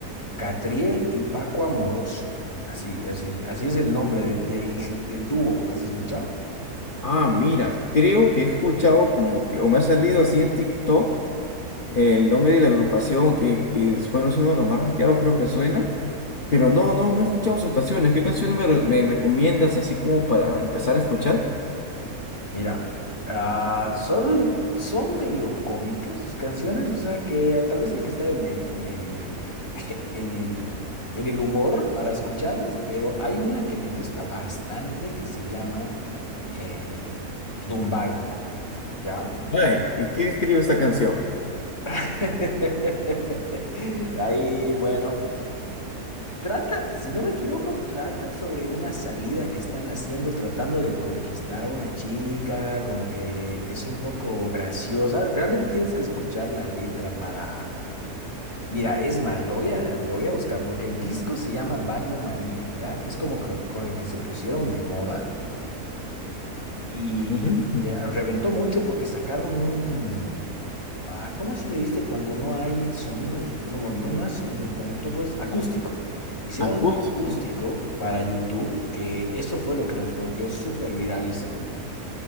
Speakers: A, on the left; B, on the left.
A: Catriel y Paco Amoroso. Así, así, así es el nombre de- del, del dúo. ¿Has escuchado?
B: Ah, mira, creo que he escuchado como que, o me ha salido así en TikTok, el nombre de la agrupación que, que bueno, es uno de los más rankeados, creo que suena, pero no, no, no he escuchado sus canciones. ¿Qué canciones me, re- me recomiendas así como para empezar a escuchar?
A: Mira, ah, son, son medio cómicas sus canciones, o sea que eh, tal vez hay que estar en el, en el, <laughs> en el, en el humor para escucharlas, pero hay una que me gusta bastante que se llama eh, Dumbai, ¿ya?
B: Ay, ¿y quién escribe esta canción?
A: <laughs> Ahí, bueno. Trata, si no me equivoco, trata sobre una salida que están haciendo, tratando de conquistar a una chica, como que es un poco graciosa. Realmente tienes que escuchar la letra para... Mira, es más, lo voy a, lo voy a buscar porque el disco se llama Baño María, ¿ya? Es como co- con el que se pusieron de moda y
B: Mm,
A: eh, reventó mucho porque sacaron un... Ah, ¿cómo se le dice cuando no hay sonido de... No, bueno, no, no es sonido, cuando todo es acústico. Hicieron
B: acústico.
A: un acústico para YouTube, que eso fue lo que los volvió súper virales en,